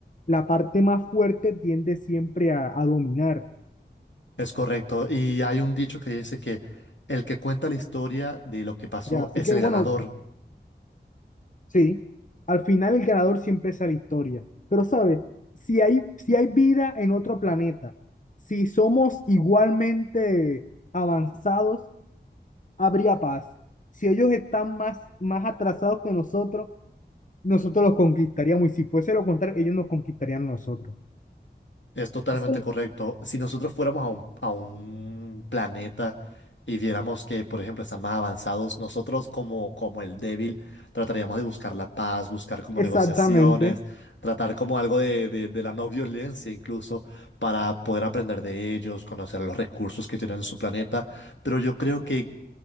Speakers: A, on the left; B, on the left.
A: la parte más fuerte tiende siempre a, a dominar,
B: Es correcto. Y hay un dicho que dice que el que cuenta la historia de lo que pasó
A: ¿ya? Así
B: es
A: que
B: el
A: bueno,
B: ganador.
A: sí, al final el ganador siempre es la historia, pero ¿sabes? Si hay, si hay vida en otro planeta, si somos igualmente avanzados, habría paz. Si ellos están más, más atrasados que nosotros, nosotros los conquistaríamos y si fuese lo contrario, ellos nos conquistarían a nosotros.
B: Es totalmente
A: Es-
B: correcto. Si nosotros fuéramos a un, a un planeta y viéramos que, por ejemplo, están más avanzados, nosotros como, como el débil trataríamos de buscar la paz, buscar como negociaciones,
A: Exactamente.
B: tratar como algo de, de, de la no violencia incluso, para poder aprender de ellos, conocer los recursos que tienen en su planeta. Pero yo creo que